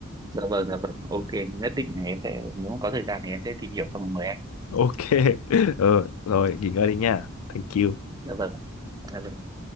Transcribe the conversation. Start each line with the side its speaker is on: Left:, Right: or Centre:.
Right: dạ vâng dạ vâng ok nhất định là em sẽ nếu mà có thời gian thì em sẽ tìm hiểu xong rồi mời anh
Left: ok <laughs> ờ, rồi nghỉ ngơi đi nha thank you
Right: dạ vâng dạ vâng